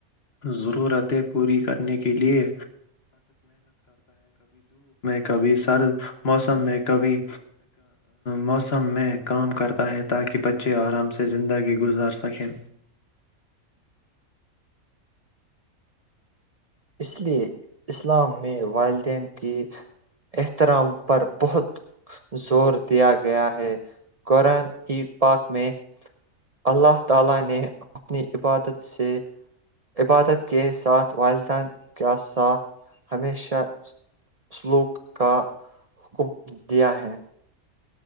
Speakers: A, on the left; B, on the right.
A: ضرورتیں پوری کر کرنے کے لیے کبھی سر موسم میں کبھی موسم میں کام کرتا ہے تاکہ بچے ارام سے زندگی گزار سکیں
B: اس لیے اسلام میں والدین کے احترام پر بہت زور دیا گیا ہے قرآن ای پاک میں اللہ تعالی نے اپنی عبادت سے عبادت کے ساتھ والدین کیا ساتھ ہمیشہ سلوک کا حکم دیا ہے